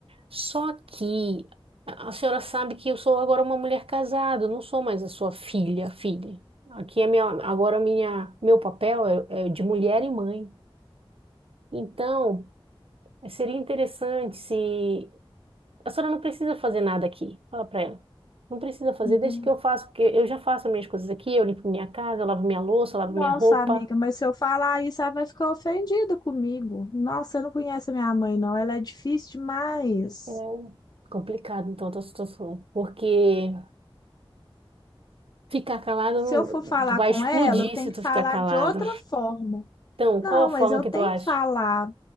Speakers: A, on the right; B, on the left.
A: Só que a a senhora sabe que eu sou agora uma mulher casada, eu não sou mais a sua filha, filha. Aqui é minha, agora minha, meu papel é, é de mulher e mãe. Então, seria interessante se A senhora não precisa fazer nada aqui. Fala para ela. Não precisa fazer,
B: Entendi.
A: deixa que eu faço, porque eu já faço as minhas coisas aqui, eu limpo minha casa, eu lavo minha louça, eu lavo
B: Nossa,
A: minha roupa.
B: amiga, mas se eu falar isso, ela vai ficar ofendida comigo. Nossa, você não conhece a minha mãe, não. Ela é difícil demais.
A: É complicado, então, a tua situação. Porque ficar calado,
B: se
A: não-
B: eu for falar
A: tu vai
B: com
A: explodir
B: ela, eu tenho
A: se
B: que
A: tu
B: falar
A: ficar calado.
B: de outra forma.
A: Então,
B: Não,
A: qual a forma
B: mas eu
A: que
B: tenho
A: tu acha?
B: que falar.